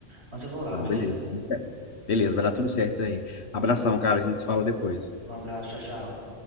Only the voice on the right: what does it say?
Mas eu vou lá,
beleza?
Então,
um abraço, tchau, tchau.